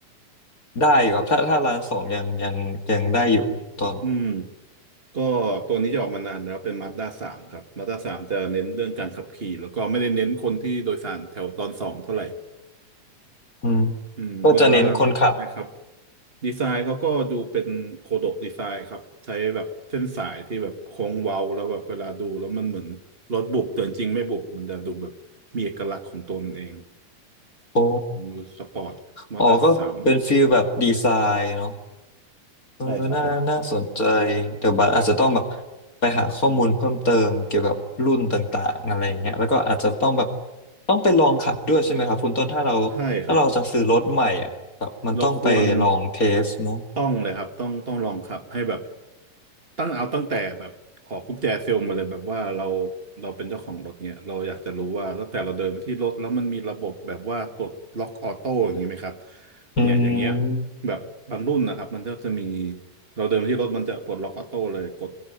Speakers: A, on the left; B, on the right.
A: ได้อยู่ครับถ้าถ้าล้านสองยังยังยังได้อยู่ตอน
B: อืมก็ตัวนี้จะออกมานานแล้วเป็นมา z ด้าสามครับมา z ด้าสามจะเน้นเรื่องการขับขี่แล้วก็ไม่ได้เน้นคนที่โดยสารแถวตอนสองเท่าไหร่
A: อืม
B: อืมเวลา
A: ก็จะเน้นคนขับ
B: นะครับดีไซน์เขาก็ดูเป็นโคโดะดีไซน์ครับใช้แบบเส้นสายที่แบบโค้งเว้าแล้วแบบเวลาดูแล้วมันเหมือนรถบุบแต่จริงๆไม่บุบมันจะดูแบบมีเอกลักษณ์ของตัวมันเอง
A: โอ้
B: ดูสปอร์ตมอเตอร์สาม
A: อ๋อก็เป็นฟิลแบบดีไซน์เนาะ เออน่าน่าสนใจ
B: ใช่ครับผม
A: เดี๋ยวบัสอาจจะต้องแบบไปหาข้อมูลเพิ่มเติมเกี่ยวกับรุ่นต่างๆอะไรอย่างเงี้ยแล้วก็อาจจะต้องแบบต้องไปลองขับด้วยใช่ไหมครับคุณต้นถ้าเรา
B: ใช่ครับ
A: ถ้าเราจะซื้อรถใหม่อ่ะแบบมันต้องไปลองเทสเนาะ
B: เราควรต้องเลยครับต้องต้องลองขับให้แบบตั้งเอาตั้งแต่แบบขอกุญแจเซลล์มาเลยแบบว่าเราเราเป็นเจ้าของรถเนี่ยเราอยากจะรู้ว่าตั้งแต่เราเดินไปที่รถแล้วมันมีระบบแบบว่าปลดล็อกออโต้อย่างนี้ไหมครับ
A: อืม
B: เนี่ยอย่างเงี้ยแบบบางรุ่นนะครับมันก็จะมีเราเดินไปที่รถมันจะปลดล็อกออโต้เลยกด